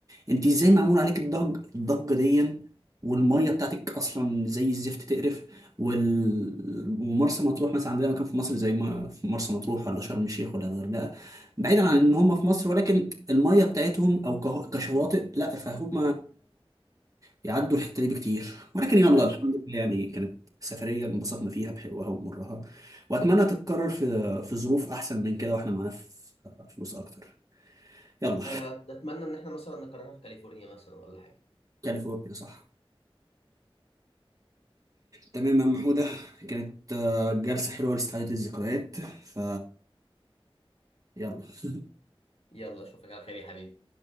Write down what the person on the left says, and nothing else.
لا لا
آه، اتمنى ان احنا مثلا نكررها في كاليفورنيا مثلا ولا حاجة
يلا اشوفك على خير يا حبيبي